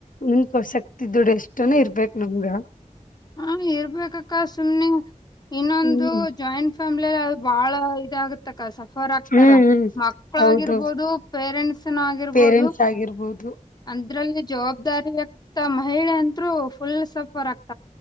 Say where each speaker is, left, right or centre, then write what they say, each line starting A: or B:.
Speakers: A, on the left; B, on the left.
A: ನಿಂಕ ಶಕ್ತಿ ದುಡು ಎಷ್ಟು ಇರ್ಬೇಕು ನಮ್ಗ
B: ಹ ಇರ್ಬೇಕಕ್ಕ ಸುಮ್ನೆ ಇನ್ನೊಂದು
A: ಹ್ಮ್
B: ಜಾಯಿಂಟ್ ಫ್ಯಾಮ್ ಅದು ಬಾಳ ಇದಾಗುತ್ತೆ ಕಸ ಫರ್ ಆಗ್ತಾರ
A: ಹ್ಮ್ ಹ್ಮ್
B: ಮಕ್ಳ
A: ಹೌದು
B: ಆಗಿ ರ್ಬೋದು ಪೇರೆಂಟ್ಸ್ನ ಆಗಿರ್ಬೋದು
A: ಪೇರೆಂಟ್ಸ್ ಆಗಿರ್ಬೋದು
B: ಅಂದ್ರಲ್ಲಿ ಜವಾಬ್ದಾರಿ ಆಗ್ತ ಮಹಿಳೆ ಅಂದರು ಫುಲ್ ಸಫರ್ ಆಗ್ತ